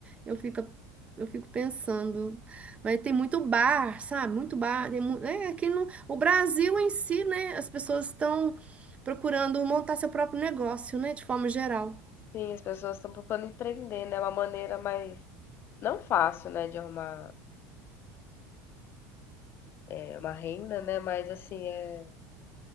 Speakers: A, on the right; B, on the left.
A: eu fico, eu fico pensando, mas tem muito bar, sabe? Muito bar, tem mu... é, aqui no o Brasil em si, né? As pessoas estão procurando montar seu próprio negócio, né? De forma geral.
B: Sim, as pessoas estão procurando empreender, né? É Uma maneira mais. Não fácil, né? De arrumar é, uma renda, né? Mas assim, é,